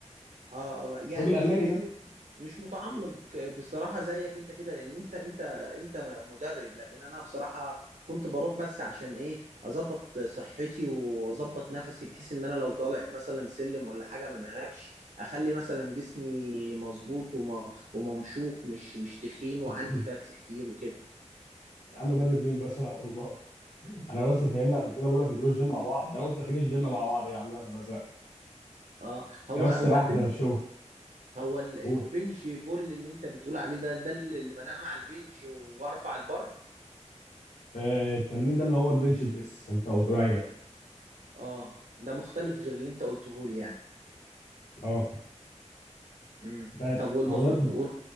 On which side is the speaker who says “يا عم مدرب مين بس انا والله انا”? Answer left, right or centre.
Left